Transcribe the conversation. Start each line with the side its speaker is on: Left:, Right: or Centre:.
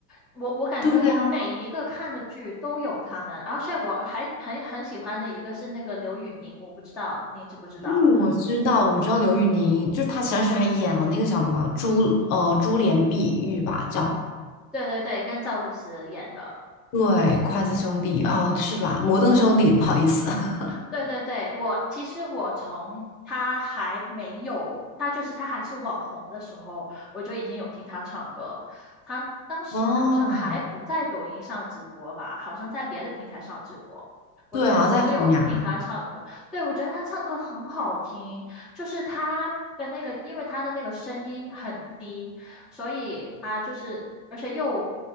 Centre: 我我感觉我每一个看的剧都有他们，
Left: 对啊，
Centre: 而且我还还很喜欢的一个是那个刘宇宁，我不知道你知不知道？
Left: 因为我知道，我知道刘宇宁，就是她前段时间还演了那个叫什么《珠呃珠帘碧玉》吧，叫
Centre: 对对对，跟赵露思演的。
Left: 对，筷子兄弟哦，是吧？摩登兄弟，不好意思。<laughs>
Centre: 对对对，我其实我从他还没有，他就是他还是网红的时候，我就已经有听他唱歌。他当时好像还不在抖音上直播吧，
Left: 哦，
Centre: 好像在别的平台上直播，我就有我就有听他唱歌。
Left: 对，好像在虎牙。
Centre: 对，我觉得他唱歌很好听，就是他的那个，因为他的那个声音很低，所以他就是，而且又